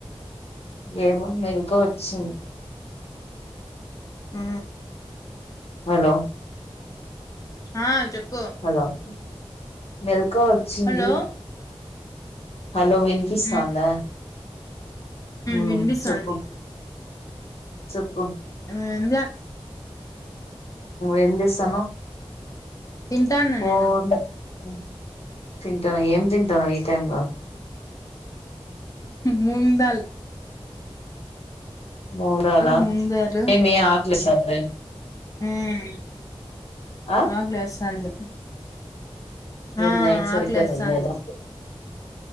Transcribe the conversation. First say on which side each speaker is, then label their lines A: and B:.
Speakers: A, on the left; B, on the left.
A: ఏమో మెలుక వచ్చింది.
B: ఊ
A: హలో
B: ఆ చెప్
A: హలో హాలో అక్క వచ్చింది.
B: హలో
A: హలో వినీపిస్తందా
B: ఉ
A: ఊ
B: వినిపిస్తుంది
A: చెప్పు చెప్పు
B: ఎంలే
A: ఏం చేస్తున్నావ్
B: తింటాను
A: పో
B: నేను
A: హు తింటన్నావ్ ఏం తింటన్నావ్ ఈ టైమ్ లో
B: మూంగ్ డాల్
A: మూంగ్ డాల
B: మూంగ్ దాల్
A: ఏమీ ఆకలేస్తాందా
B: ఊ
A: ఆ
B: ఆకలేస్తాంది.
A: ఏం
B: ఆ
A: నైట్ సరిగ్గా
B: ఆకలేస్తాంది.
A: తినలేదా